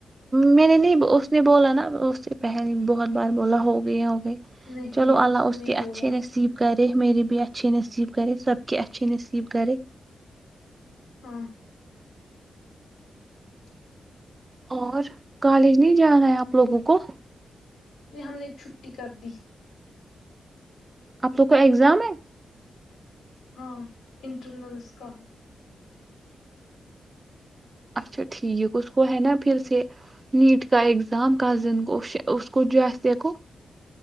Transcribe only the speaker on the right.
میں نے نہیں اس نے بولا نا اس سے پہلے بہت بار بولا ہو گیا
چلو اللہ
اس
کے
اچھے نصیب کر میرے بھی اچھیے نصیب کرے سب کے اچھھی نصیب کرے
اور کالج نہیں جان ہے آپ لوگوں کو
اب تو کوئی اگزام ہے
اچھا ٹھیک اس کو ہے نا پھر سے نیٹ کا اگزام کزن کو اس کو جسے کو